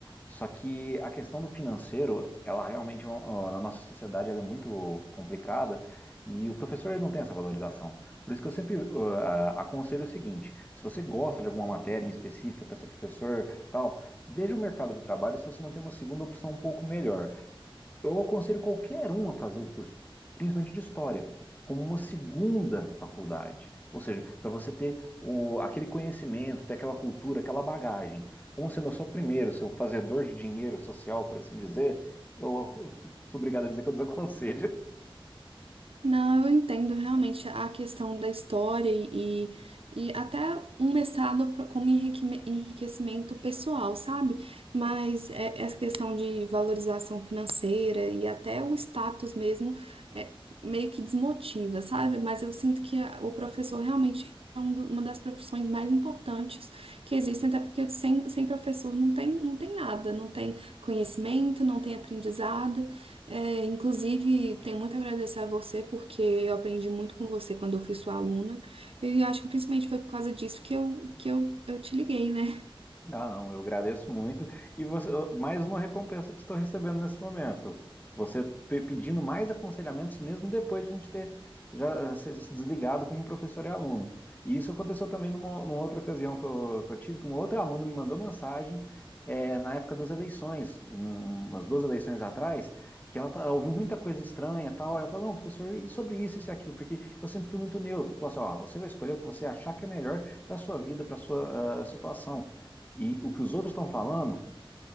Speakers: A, on the left; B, on the right.
A: Só que a questão do financeiro, ela realmente, é um- ó, na nossa sociedade, ela é muito complicada e o professor ele não tem essa valorização. Por isso que eu sempre ó, a- aconselho o seguinte: se você gosta de alguma matéria em específica para ser professor, tal, veja o mercado de trabalho se você não tem uma segunda opção um pouco melhor. Eu aconselho qualquer um a fazer o curso, principalmente de história, como uma segunda faculdade. Ou seja, para você ter o, aquele conhecimento, ter aquela cultura, aquela bagagem. Como sendo eu sou o primeiro, seu fazedor de dinheiro social, por assim dizer, eu sou obrigado a dizer que eu desaconselho.
B: Não, eu entendo realmente a questão da história e, e, até um mestrado pro- como enriquime- enriquecimento pessoal, sabe? Mas é- essa questão de valorização financeira e até o status mesmo é, meio que desmotiva, sabe? Mas eu sinto que a- o professor realmente é um do- uma das profissões mais importantes que existem, até porque sem, sem professor não tem, não tem nada, não tem conhecimento, não tem aprendizado. É, inclusive, tenho muito a agradecer a você, porque eu aprendi muito com você quando eu fui sua aluna. E eu acho que principalmente foi por causa disso que eu, que eu, eu te liguei, né?
A: Ah, não, eu agradeço muito. E você, mais uma recompensa que estou recebendo nesse momento. Você pe- pedindo mais aconselhamentos, mesmo depois de a gente ter já eh, se se desligado como professor e aluno. E isso aconteceu também numa, numa outra ocasião que eu, que eu tive, que um outro aluno me mandou mensagem, eh, na época das eleições, um- umas duas eleições atrás, que ela, tá- ela ouviu muita coisa estranha e tal. Aí Ela falou, não, professor, e sobre isso, isso e aquilo? Porque eu sempre fui muito neutro. Falou assim, ó, você vai escolher o que você achar que é melhor para a sua vida, para a sua ah, situação. E o que os outros estão falando,